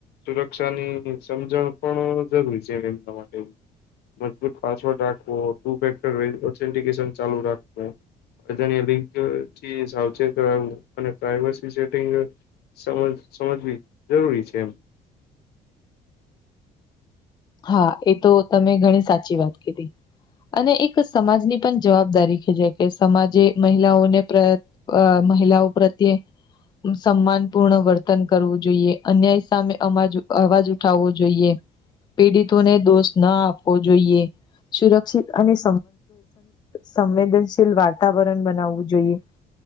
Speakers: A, on the left; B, on the left.
A: સુરક્ષાની સમજણ પણ જરૂરી છે એમના માટે. મજબૂત પાસવર્ડ રાખવો, <unintelligible> ચાલુ રાખ વો અજાણ્યા લીંકથી સાવચેત રહેવું. અને પ્રાઈવશી સેટિંગ સમજ સમજવી જરૂરી છે એમ.
B: હા એતો તમે ઘણી સાચી વાત કીધી. અને એક સમાજની પણ જવાબદારી ખીલે કે સમાજે મહિલાઓને પ્ર અ મહિલાઓ પ્રત્યે સમ્માનપૂર્ણ વર્તન કરવું જોઈએ, અન્યાય સામે અમાજ અવાજ ઉઠાવવો જોઈએ. પીડિતોને દોષ ના આપવો જોઈએ. સુરક્ષિત અને <inaudible> સંવેદનશીલ વાતાવરણ બનાવવું જોઈએ.